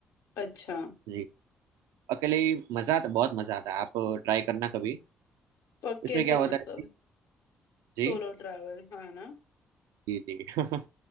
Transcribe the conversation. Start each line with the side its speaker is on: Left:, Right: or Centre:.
Left: अच्छा
Right: जी अकेले ही मजा आता बहुत मजा आता है आप ट्राई करना कभी
Left: पक्के
Right: इसमें क्या
Left: से
Right: होता
Left: मतलब
Right: है कि जी
Left: सोलो ट्रैवल हाँ ना
Right: जी जी <laughs>